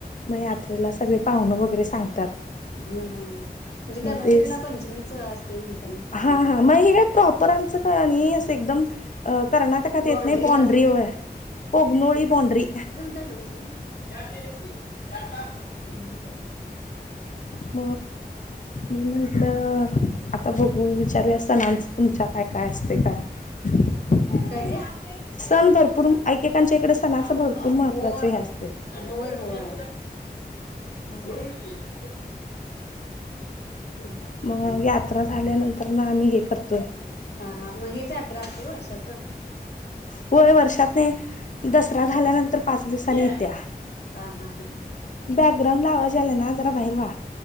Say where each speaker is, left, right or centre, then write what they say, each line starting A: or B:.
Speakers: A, on the left (about 50°); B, on the left (about 85°).
A: मग
B: हा
A: यात्रेला सगळे पाहुण वगैरे सांगतात
B: हा हा म्हणजे
A: मग
B: कर्नाटकला
A: ते
B: पंचमीच असते म्हणतात
A: हा
B: ना
A: हा मग हे काय प्रॉपर आमचं काय नाही असं एकदम अ कर्नाटकात येत
B: बाॉंड्रीला
A: नाही बाॉंड्री
B: असेल
A: आहे कोगनोळी बाॉंड्री
B: स
A: म मीमाण आपलं आता बघू विचारवी असतानाचं तुमच्या काय काय असते काय
B: काय
A: सण भरपूर
B: ते
A: एकेकांच्या इकडे सणाच
B: आवडला
A: भरपूर महत्त्वाच
B: होय
A: हे असते
B: होय होय
A: ह
B: बोलून न की हं. हं.
A: मग यात्रा झाल्यानंतर ना आम्ही हे करतोय
B: हा मग हेच यात्रा असते वर्षाच
A: होय वर्षात नाही दसरा झाल्यानंतर पाच दिवसांनी
B: कुठे आहे?
A: येत्या
B: हा हा हा ह
A: बॅकग्रांड लावा गेला ना जरा बाहेर वा